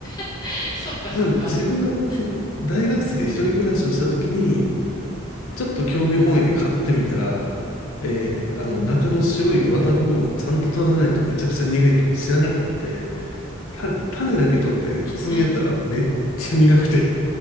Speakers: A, on the left (about 20°); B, on the left (about 75°).
A: <laughs> そうか、
B: なんで自分がその大学生で一人暮らしをした時に、
A: そうか。うん。
B: ちょっと興味本位で買ってみたら、えーあの中の白い綿部分をちゃんと取らないとめちゃくちゃ苦いっていうのを知らなかった。た、種だけ取って普通にやったらめっちゃ苦くて
A: はい。